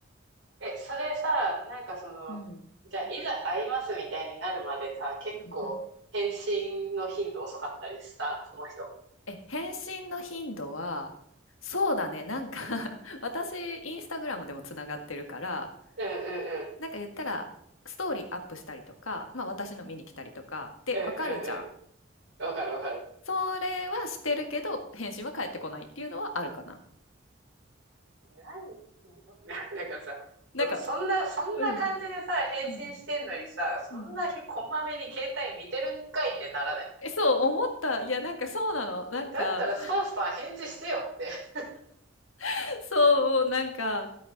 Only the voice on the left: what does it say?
うん。
うんうん。
え、返信の頻度は、そうだね。なんか <laughs> 私、インスタグラムでもつながってるから、
なんか言ったら、ストーリーアップしたりとか、まあ私の見に来たりとか、で、
わかるじゃん。
それはしてるけど、返信は返ってこないっていうのはあるかな。
なんか、
うん、
うん、
うん。え、そう、思った。いや、なんかそうなの。なんか、
<laughs> そう、なんか、